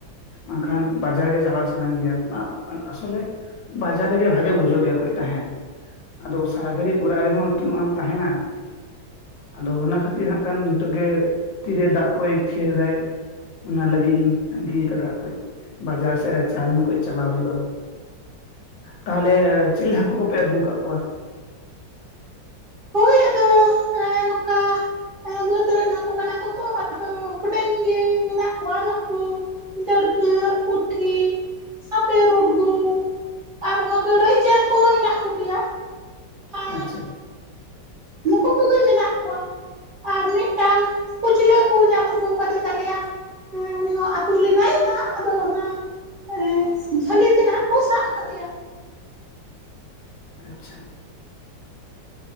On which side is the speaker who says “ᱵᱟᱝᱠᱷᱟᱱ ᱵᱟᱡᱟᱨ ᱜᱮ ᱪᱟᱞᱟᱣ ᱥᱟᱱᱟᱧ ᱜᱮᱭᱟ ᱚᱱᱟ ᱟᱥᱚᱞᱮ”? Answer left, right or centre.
Left